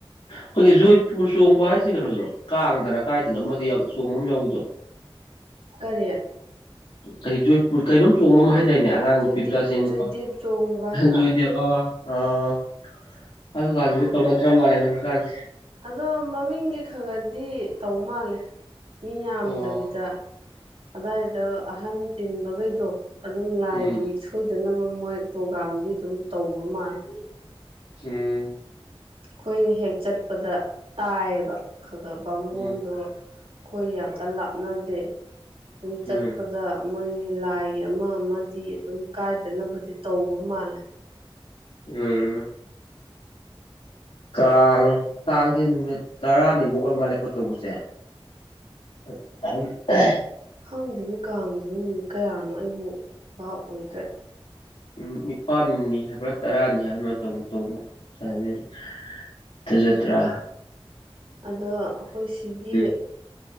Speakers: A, on the left; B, on the right.
A: ꯈꯣꯏꯒꯤ ꯖꯣꯏꯄꯨꯔ ꯆꯣꯡꯕ ꯍꯥꯏꯁꯦ ꯀꯩꯅꯣꯗꯔꯣ ꯀꯥꯡꯗꯔꯥ ꯀꯥꯏꯗꯅꯣ ꯑꯃꯗꯤ ꯌꯥꯝ ꯆꯣꯡꯕ ꯑꯃ ꯌꯥꯎꯕꯗꯣ <inaudible>
B: ꯀꯔꯤ
A: ꯀꯔꯤ ꯖꯣꯏꯄꯨꯔ ꯀꯩꯅꯣꯝ ꯆꯣꯡꯕꯃ ꯍꯥꯏ ꯗꯥꯏꯅꯦ ꯑꯉꯥꯡ
B: ꯆꯨꯏꯗꯦꯞ
A: ꯅꯨꯄꯤ ꯃꯆꯥꯁꯤꯡ
B: ꯆꯨꯏꯗꯦꯞ ꯆꯣꯡꯕ ꯍꯥꯏꯕ
A: ꯖꯣꯏꯗꯦ ꯑꯣ ꯑꯥ ꯑꯗꯨꯀꯁꯨ ꯇꯧꯅꯗ꯭ꯔ ꯃꯥꯜꯂꯦꯅꯦ ꯍꯧꯀꯥꯟꯁꯤ
B: ꯑꯗꯣ ꯃꯃꯤꯡꯒꯤ ꯈ ꯈ ꯗꯤ ꯇꯧ ꯃꯥꯜꯂꯦ ꯃꯤ ꯌꯥꯝꯗꯕꯤꯗ
A: ꯑꯣ
B: ꯑꯗꯥꯏꯗ ꯑꯍꯟ ꯇꯤꯟꯕꯒꯩꯗꯣ ꯑꯗꯨꯝ ꯂꯥꯏꯒꯤ
A: ꯎꯝ
B: ꯁꯣꯏꯗꯅꯕ ꯃꯣꯏ ꯄ꯭ꯔꯣꯒꯥꯝꯗꯤ ꯗꯨꯝ ꯇꯧꯕ ꯃꯥꯜꯂꯦ
A: <unintelligible>
B: ꯈꯣꯏꯅ ꯍꯦꯛ ꯆꯠꯄꯗ ꯇꯥꯏꯌꯦꯕ ꯈ ꯈ ꯕꯥꯃꯣꯟꯗꯣ
A: ꯎꯝ
B: ꯈꯣꯏ ꯌꯥꯝ ꯀꯟꯅ ꯂꯥꯞꯅꯗꯦ <unintelligible> ꯆꯠꯄꯗ
A: ꯎꯝ
B: ꯃꯣꯏꯒꯤ ꯂꯥꯏꯒꯤ ꯑꯃ ꯑꯃꯗꯤ ꯑꯗꯨꯝ ꯀꯥꯏꯗꯅꯕꯗꯤ ꯇꯧꯕ ꯃꯥꯜꯂꯦ
A: ꯎꯝ ꯀꯥꯡ ꯀꯥꯡꯁꯦ ꯅꯨꯃꯤꯠ ꯇꯔꯥꯅꯤꯃꯨꯛ ꯑꯣꯏ ꯃꯥꯜꯂꯦꯀꯣ ꯇꯧꯕꯁꯦ ꯑ ꯑꯍꯝ ꯑ
B: ꯈꯪꯗꯦꯅꯦ ꯀꯥꯡꯖꯤꯕꯨ ꯅꯨꯃꯤꯠ ꯀꯌꯥꯅꯣ ꯑꯩꯕꯨ ꯚꯥꯞ ꯑꯣꯏꯗ꯭ꯔꯦ
A: ꯎꯝ ꯅꯤꯄꯥꯜꯅꯤ ꯍꯥꯏꯕ꯭ꯔꯥ ꯇꯔꯥꯅꯤ ꯍꯥꯏꯕ꯭ꯔꯥ ꯑꯗꯨꯃꯥꯏꯅ <unintelligible> ꯇꯧꯕ ꯇꯧꯕ ꯑꯗꯨ ꯊꯖꯇ꯭ꯔꯥ
B: ꯑꯗꯣ ꯑꯩꯈꯣꯏ ꯁꯤꯒꯤ
A: ꯎꯝ